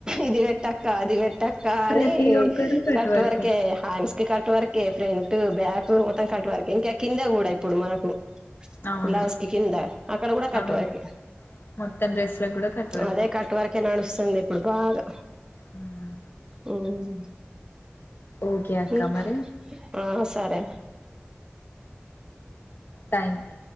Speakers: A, on the right; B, on the left.
A: ఇది పెట్టక్క, అది పెట్టక్క
B: ప్రతి
A: అని
B: ఒక్కరు
A: కట్
B: వర్కే
A: వరకే హ్యాండ్స్ కి కట్వ వరకే ఫ్రంట్, బ్యాక్ మతం కట్ వరకే ఇంకా కింద కూడా ఇప్పుడు మనకు
B: అవును
A: బ్లౌస్ కి కింద ఆక్కడ కూడా కట్
B: అవును
A: వారికే
B: మొత్తం డ్రెస్లకు కూడా కట్ వర్కే
A: అదే కట్ వారికే నడు స్తుంది ఇప్పుడు బాగా
B: హ్మ్.
A: హ్మ్
B: ఓకే అక్క
A: హ్మ్
B: మరి
A: ఆ సరే
B: థ్యాంక్